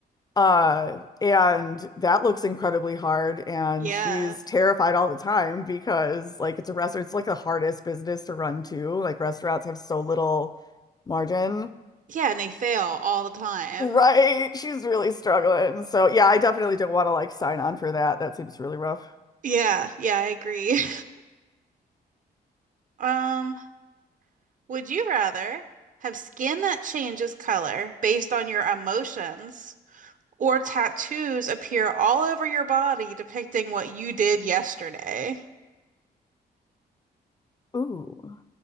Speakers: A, on the left; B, on the right.
A: uh, and that looks incredibly hard, and
B: yeah.
A: she's terrified all the time because like it's a restaurant, it's like the hardest business to run too. Like restaurants have so little margin.
B: Yeah, and they fail all the time.
A: Right. She's really struggling. So yeah, I definitely don't want to like sign on for that. That seems really rough.
B: Yeah, yeah, I agree. <laughs> Um, Would you rather have skin that changes color based on your emotions or tattoos appear all over your body depicting what you did yesterday?
A: Ooh.